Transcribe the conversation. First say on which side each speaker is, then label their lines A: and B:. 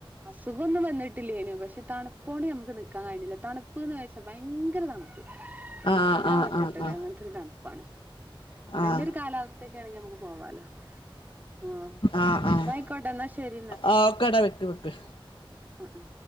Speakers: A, on the right; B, on the left.
A: അസുഖം ഒന്നും വന്നി ട്ടില്ലേനു പക്ഷെ തണു പ്പ് കൊണ്ട് നമ്മക്ക് നിക്കാൻ കഴിയില്ല തണു തണുപ്പ് ന്ന് വെച്ചാൽ ഭയങ്കര തണുപ്പ് നിൽക്കാൻ
B: ആഹ് ആഹ്
A: പറ്റത്തില്ല
B: ആഹ്
A: അങ്ങനത്തെ ഒരു തണുപ്പ് <unintelligible> നല്ലൊരു
B: ആഹ്
A: കാലാവസ്ഥ അടുത്തൊക്കെ ആണെങ്കിൽ നമുക്ക് പോവാല്ലോ ആഹ്
B: ആഹ് ആഹ്
A: ന്നാ ആയിക്കോട്ടെ ന്നാ ശ
B: ആഹ് ഒക്കെടാ വെക്ക് വെക്ക്
A: ആഹ് ആഹ്